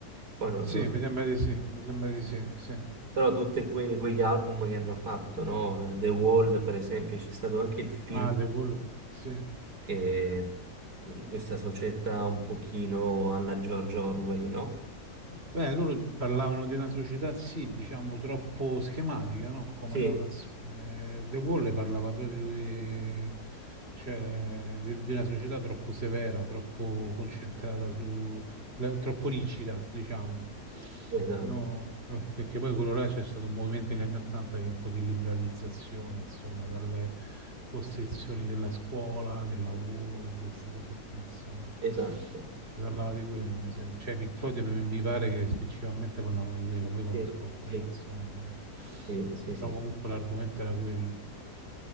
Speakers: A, on the right; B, on the right.
A: Poi non,
B: Sì,
A: non...
B: mi sembra di sì, mi sembra di sì, sì.
A: Però tutti quegli album che hanno fatto, no? The Wall, per esempio, c'è stato anche il film
B: Ah, The Wall, sì.
A: che in questa società un pochino alla George Orwell, no?
B: Beh, loro parlavano di una società, sì, diciamo, troppo schematica, no? Come
A: Sì,
B: la canzone The Wall parlava proprio di, cioè, di, di una società troppo severa, troppo concentrata su, la- troppo rigida, diciamo.
A: Esatto,
B: No, eh, perché poi quello là c'è stato un movimento negli anni Ottanta che è un po' di liberalizzazione, insomma, dalle, costrizioni della scuola, del lavoro, di queste cose qui, insomma.
A: esatto.
B: Si parlava di quello, mi sembra. Cioè, i Pink Floyd mi mi pare che principalmente parlavano di quello, poi conosco
A: Sì,
B: alcune
A: sì,
B: canzoni, no?
A: sì, sì,
B: Però
A: sì, sì.
B: comunque l'argomento era quello.